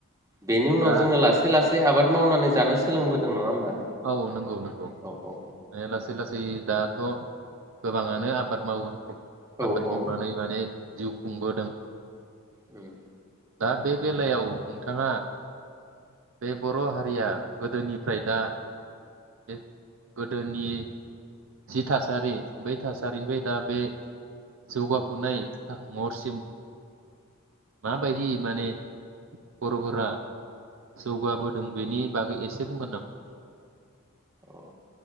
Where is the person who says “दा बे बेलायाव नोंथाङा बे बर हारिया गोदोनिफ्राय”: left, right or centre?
Right